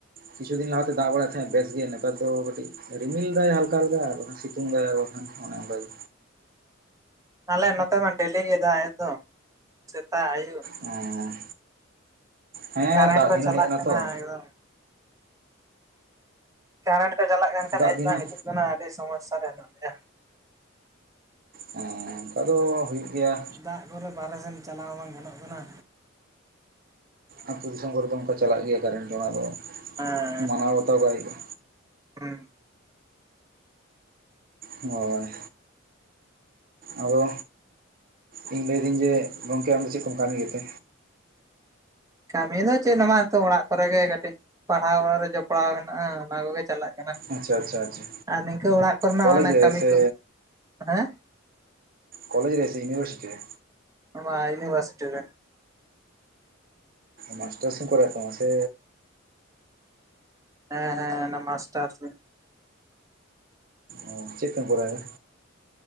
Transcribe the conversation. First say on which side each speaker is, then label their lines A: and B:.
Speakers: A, on the right; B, on the right.
A: ᱠᱤᱪᱷᱩ ᱫᱤᱱ ᱞᱟᱦᱟ ᱛᱮ ᱫᱟᱜ ᱵᱟᱲᱟᱭᱮᱜ ᱛᱟᱦᱮᱜ ᱵᱮᱥ ᱜᱮ ᱱᱮᱛᱟᱨ ᱫᱚ ᱠᱟᱹᱴᱤᱡ ᱨᱤᱢᱤᱞ ᱫᱟᱭ ᱦᱟᱞᱠᱟ ᱦᱟᱞᱠᱟ ᱟᱨ ᱥᱤᱛᱩᱝ ᱫᱟᱭ ᱟᱨ ᱵᱟᱠᱷᱟᱱ ᱚᱱᱮ ᱚᱱᱠᱟ ᱜᱮ।
B: ᱟᱞᱮ ᱱᱚᱛᱮ ᱢᱟ ᱰᱮᱞᱤ ᱜᱮ ᱫᱟᱜ ᱮᱫ ᱫᱚ ᱥᱮᱛᱟᱜ ᱟᱭᱩᱵ।
A: ᱚᱸᱻ ᱦᱮᱸ
B: ᱠᱟᱨᱮᱱᱴ
A: ᱫᱟᱜ
B: ᱠᱚ
A: ᱫᱤᱱ ᱦᱚᱸ
B: ᱪᱟᱞᱟᱜ
A: ᱦᱮᱡ ᱮᱱᱟ
B: ᱠᱟᱱᱟ
A: ᱛᱚ।
B: ᱮᱠᱫᱚᱢ ᱠᱟᱨᱮᱱᱴ ᱠᱚ ᱪᱟᱞᱟᱜ ᱠᱟᱱ ᱠᱷᱟᱱ
A: ᱫᱟᱜ
B: ᱦᱮᱡ
A: ᱫᱤᱱ
B: ᱵᱟᱝ
A: ᱦᱚᱸ
B: ᱦᱤᱡᱩᱜ ᱠᱟᱱᱟ ᱟᱹᱰᱤ ᱥᱚᱢᱚᱥᱟ ᱨᱮ ᱦᱮᱱᱟᱜ ᱞᱮᱭᱟ।
A: ᱦᱮᱸ ᱦᱮᱸ ᱚᱱᱠᱟ ᱫᱚ ᱦᱩᱭᱩᱜ ᱜᱮᱭᱟ।
B: ᱫᱟᱜ ᱠᱚᱨᱮ ᱵᱟᱨᱦᱮ ᱥᱮᱱ ᱪᱟᱞᱟᱣ ᱦᱚᱸ ᱵᱟᱝ ᱜᱟᱱᱚᱜ ᱠᱟᱱᱟ।
A: ᱟᱛᱳ ᱫᱤᱥᱚᱢ ᱠᱚᱨᱮ ᱫᱚ ᱚᱱᱠᱟ ᱪᱟᱞᱟᱜ ᱜᱮᱭᱟ ᱠᱟᱨᱮᱱᱴ ᱚᱱᱟ ᱫᱚ।
B: ᱦᱮᱸ।
A: ᱢᱟᱱᱟᱣ ᱵᱟᱛᱟᱣ ᱠᱟᱜ ᱦᱩᱭᱩᱜ-ᱟ
B: ᱦᱩᱸ।
A: ᱦᱳᱭ ᱟᱫᱚ ᱤᱧ ᱞᱟᱹᱭ ᱫᱟᱹᱧ ᱡᱮ ᱜᱚᱝᱠᱮ ᱟᱢᱫᱚ ᱪᱮᱫ ᱠᱚᱢ ᱠᱟᱹᱢᱤ ᱜᱮᱛᱮ?
B: ᱠᱟᱹᱢᱤ ᱫᱚ ᱪᱮᱫ ᱦᱚᱸ ᱵᱟᱝ ᱱᱤᱛᱚᱜ ᱚᱲᱟᱜ ᱠᱚᱨᱮ ᱜᱮ ᱠᱟᱹᱴᱤᱡ ᱯᱟᱲᱦᱟᱣ ᱵᱟᱲᱟ ᱨᱮ ᱡᱚᱯᱲᱟᱣ ᱦᱮᱱᱟᱜ-ᱟ ᱚᱱᱟ ᱠᱚᱜᱮ ᱪᱟᱞᱟᱜ ᱠᱟᱱᱟ
A: ᱟᱪᱪᱷᱟ ᱟᱪᱪᱷᱟ ᱟᱪᱪᱷᱟ
B: ᱟᱨ ᱱᱤᱝᱠᱟᱹ ᱚᱲᱟᱜ ᱠᱚ ᱨᱮᱱᱟᱜ
A: ᱠᱚᱞᱮᱡᱽ
B: ᱢᱟᱱᱮ
A: ᱨᱮ
B: ᱠᱟᱹᱢᱤ
A: ᱥᱮ
B: ᱠᱚ ᱦᱮᱸ
A: ᱠᱚᱞᱮᱡ ᱨᱮ ᱥᱮ ᱤᱭᱩᱱᱤᱵᱷᱟᱨᱥᱤᱴᱤ ᱨᱮ?
B: ᱵᱟ ᱤᱭᱩᱱᱤᱵᱷᱟᱨᱥᱤᱴᱤ ᱨᱮ।
A: ᱢᱟᱥᱴᱟᱨᱥ ᱮᱢ ᱠᱚᱨᱟᱣ ᱛᱟᱢᱟᱜ ᱥᱮᱻ
B: ᱦᱮᱸ ᱦᱮᱸ ᱚᱱᱟ ᱢᱟᱥᱴᱟᱨᱥ ᱜᱮ।
A: ᱚ ᱪᱮᱫ ᱠᱚᱢ ᱠᱚᱨᱟᱣ ᱫᱟ?